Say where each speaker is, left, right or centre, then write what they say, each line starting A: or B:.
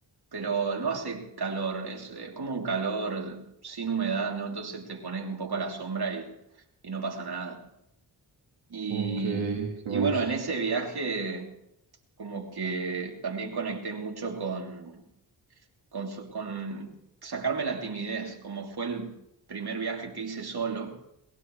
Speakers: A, on the right; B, on the right.
A: pero no hace calor, es, es como un calor sin humedad, ¿no? Entonces te pones un poco a la sombra y, y no pasa nada. Y,
B: Ok, qué
A: y
B: buenísimo.
A: bueno, en ese viaje como que también conecté mucho con, con, so- con sacarme la timidez, como fue el primer viaje que hice solo,